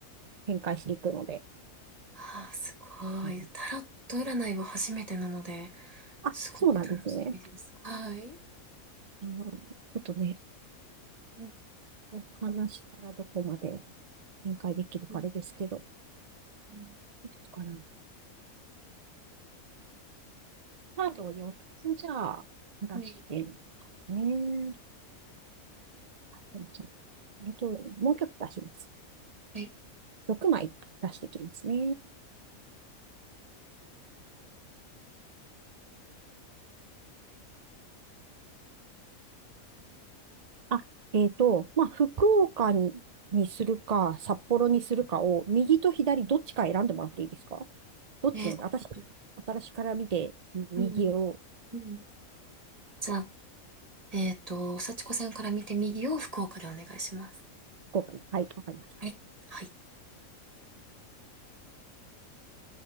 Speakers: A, on the right; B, on the right.
A: 展開していくので。
B: あー、すごい。
A: あの
B: タロット占いは初めてなので、
A: あ、
B: すごく楽しみです。
A: そうなんですね。
B: はい。
A: うんちょっとね、
B: うん。
A: お話からどこまで展開できるかあれですけど、
B: うん。
A: ど
B: うん
A: うしようかな。カードを4つじゃあ出してみま
B: はい。
A: すね。でもそうあと、もう一つ出します。
B: はい。
A: 6枚出してきますね。あ、えっと、まあ、福岡に、にするか、札幌にするかを、
B: はい。
A: 右と左どっちか選んでもらっていいですかどっちに、
B: えーっと、
A: 私、私から見て、右を
B: うんうん。じゃあ、えーっと、幸子さんから見て右を福岡でお願いします。
A: こうかな。はい、わかりました。
B: はい。はい。